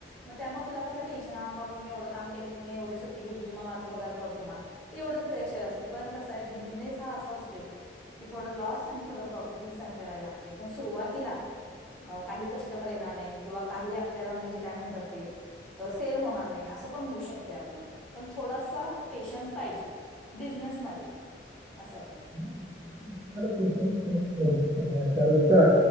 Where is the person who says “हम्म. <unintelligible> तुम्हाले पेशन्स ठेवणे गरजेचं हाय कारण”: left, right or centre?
Right